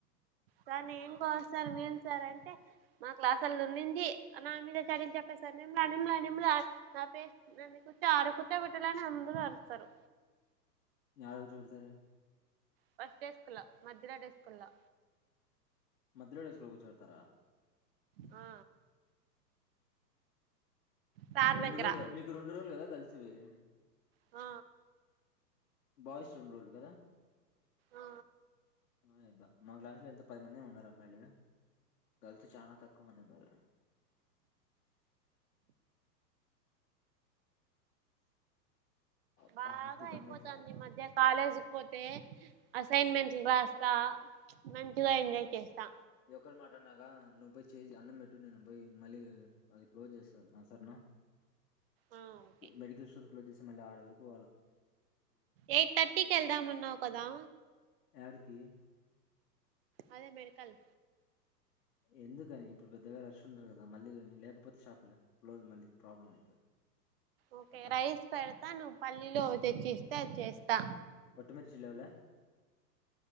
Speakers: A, on the right; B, on the left.
A: కానీ ఇంకోసారి వీళ సార్ అంటే మా క్లాసుల్లో నున్నింది నా మీద చాడీలు చెప్పేస్తారు నిర్మలా నిర్మలా నిర్మలా నా పేరు నన్ను కుర్చ ఆడ కుర్చో పెట్టాలని అందరూ ఆరుస్తారు
B: యాడ కూర్చోబెటుతారు
A: ఫస్ట్ డెస్క్ లో మధ్యలో డెస్క్ లో
B: మధ్యలో డెస్క్ లో కూర్చోబెట్టుతారా
A: ఆ సార్
B: రెండు
A: దగ్గర
B: రోజులు మీకు రెండు రోజులు కదా కలిసి వచ్చేవి
A: ఆ
B: బాయ్స్ రూంలో కదా
A: ఆ
B: ఓ అబ్బ మా క్లాస్లో ఎంత పది మందేమో ఉన్నారు అమ్మాయిలు గర్ల్స్ చాలా తక్కువ మంది ఉన్నారు అబ్బా
A: బాగా
B: ముక్కులు
A: అయిపోతాంది
B: పనిచేయట్లా
A: మధ్య కాలేజ్కి పోతే అసైన్మెంట్ రాస్తా మంచిగా ఎంజాయ్ చేస్తా
B: ఈ ఒకక్కరి మాట అన్నాగా నువ్వు పోయి చేసి అన్నం పెట్టు నే పోయి మళ్ళీ అది క్లోజ్ చేస్టారూ ఆ సరేనా
A: ఆ ఓకే
B: మెడికల్ స్టోర్ క్లోజ్ చేసి మళ్ళీ ఆడవరకూ
A: ఎయిట్ థర్టీకి వెళ్దామన్నావు ఒకదా
B: యాడికి
A: అదే మెడుకల్
B: ఎందుకని ఇప్పుడు పెద్దగా రష్ ఉండరు కదా మళ్ళీ లేకపోతే షాప్ క్లోజ్ మళ్ళీ ప్రాబ్లం అయితది
A: ఓకే
B: అబ్బా
A: రైస్ పెడతా నువ్వు పల్లిలో తెచ్చిస్తే అది చేస్తా
B: ఒత్తిమిర్చి లేవు లే